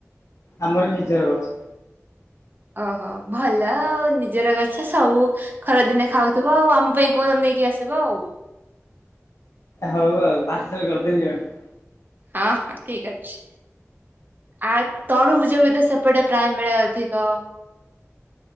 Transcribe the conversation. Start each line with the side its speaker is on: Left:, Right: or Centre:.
Left: ଆମରି ନିଜର ଗଛ।
Right: ଓହୋ ଭଲ ଆଉ ନିଜର ଗଛ ସବୁ ଖରାଦିନେ ଖାଉଥିବ ଆଉ ଆମ ପାଇଁ କୋଉଦିନ ନେଇକି ଆସିବ ଆଉ।
Left: ହଉ ଆଉ ପାାର୍ସଲ କରିଦେବି <unintelligible>
Right: ହଁ ହଁ ଠିକ୍ ଅଛି। ଆଉ ତରୁଭୁଜ ବି ତ ସେପଟେ ପ୍ରାୟ ମିଳେ ଅଧିକ?